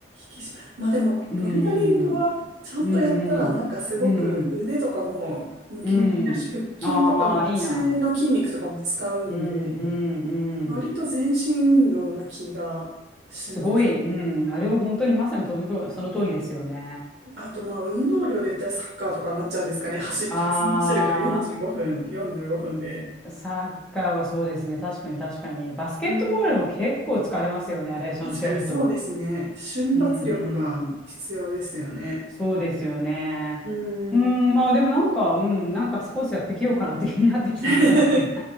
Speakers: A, on the right (about 65°); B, in the centre.
A: き締ま、まあでも、
B: うーん。
A: ボルダリングはちゃんとやったら、
B: うんうん。
A: なんかすごく腕とかもムキムキになるし、
B: うんうん。うん。
A: 腹筋とかも足の筋肉とかも使うんで、
B: ああ、いいな。うんうんうん。
A: 割と全身運動な気がします。
B: すごい、うん、あれは本当にまさにとりその通りですよね。
A: あと、まあ運動量で言ったらサッカーとかになっちゃうんですかね。走、
B: あ
A: たくさん走るから45分、45分で。
B: ー、サッカーはそうですね。確かに確かに。バスケットボールも結構疲れますよね。
A: うん。
B: あれ、ちゃんとやると。
A: 確かにそうですね。瞬発力が必要ですよね。
B: うん、うん。そうですよね。
A: うーん。
B: うん、まあでもなんか、うん、なんかスポーツやってきようかなって気になってきた、
A: <laughs> い
B: なんとなく。<laughs>